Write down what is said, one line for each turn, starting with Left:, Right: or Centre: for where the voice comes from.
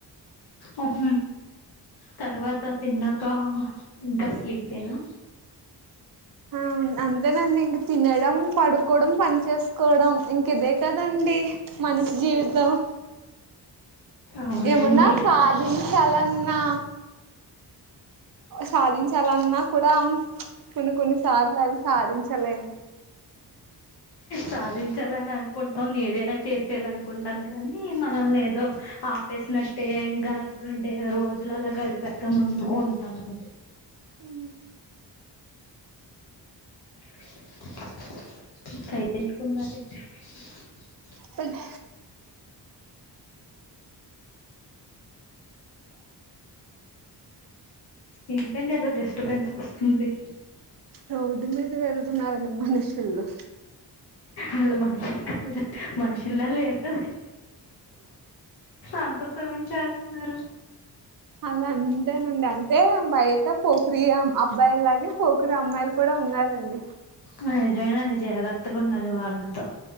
Left: ఓహ తర్వాత తిన్నాక ఇంకా అసలితేనా
Right: ఆ అంతే అండి ఈగ తినడం పడుకోవడం పని చేసుకోవడం ఇంక ఇదే కదండి మనిషి జీవితం
Left: అవునండి
Right: ఏమన్నా సాధించాలన్నా సాధించాలన్నా కూడా కొన్ని కొన్ని సార్లు అవి సాధించలేం
Left: సాధించాలని అనుకుంటాం ఏదైనా చేసేయాల అనుకుంటాం కానీ మనల్ ఏదో ఆపేసినట్టే ఇంకాండే రోజుల అలా గడిపస్తాం ఉంటాం అన్నది
Right: అ
Left: <unintelligible>
Right: చెప్పండి
Left: ఏంటండి ఏదో డెస్ట్బెన్స్ వస్తుంది
Right: రోడ్డు మీద వెళ్తున్నారండి మనుషులు
Left: ఆల్లు మనుషిలు కాద్ మనుషిలా లేరు కదండి అంత సౌండ్ చేస్తున్నారు
Right: అలా అంతేనండి. అంటే బయట పోకరి అబ్బాయిలాగే పోకరి అమ్మాయిలు కూడా ఉన్నారండి
Left: నిజమేనండి జాగ్రత్తగా ఉండాలి వాళతో